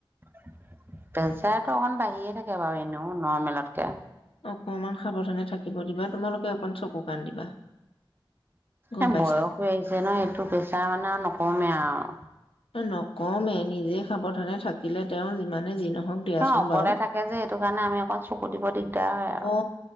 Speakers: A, on the right; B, on the left.
A: পেচাৰটো অকণ বাঢ়িয়ে থাকে <unintelligible> বাৰু এনেও নৰ্মেলতকে।
B: অকমান সাৱধানে থাকিব দিবা তোমালোকে অকণ চকু-কাণ দিবা গম
A: এ'
B: পাইছা
A: বয়স হৈ আহিছে ন' এইটো পেছাৰ মানে আৰু নকমেই আৰু
B: নকমে নিজে সাৱধানে থাকিলে তেওঁ যি যিমানে যি নহওঁক দিয়াচোন
A: অকলে
B: বাৰু।
A: থাকে যে সেইটো কাৰণে আমি অকণ চকু দিব দিগদাৰ হয় আৰু
B: অ',